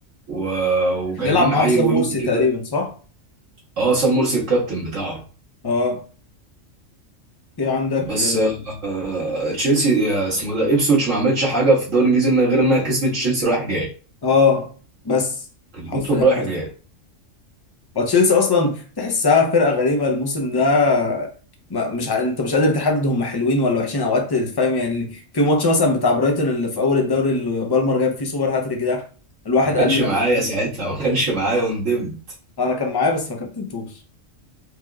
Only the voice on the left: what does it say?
بيلعب معاهم
سام
مرسي تقريبا
صح؟
اه في عندك
اه بس
حرفيا
بس
وتشيلسي اصلا تحسها فرقه غريبه الموسم ده ما مش ع... انت مش قادر تحدد هم حلوين ولا وحشين اوقات فاهم يعني في ماتش مثلا بتاع برايتون اللي في اول الدوري اللي بالمر جاب فيه سوبر هاتريك ده الواحد
قال
لك
انا كان معايا بس ما كابتنتوش